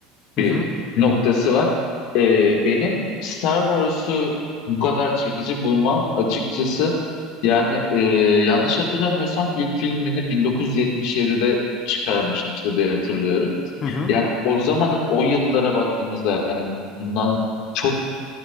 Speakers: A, on the left; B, on the left.
A: Hı
B: bir
A: hı
B: noktası var. Ee, benim Star Wars'u bu kadar çekici bulmam açıkçası yani e, yanlış hatırlamıyorsam ilk filmini 1977'de çıkarmıştı diye hatırlıyorum.
A: hı hı
B: Yani o zaman o yıllara baktığımızda yani bundan çok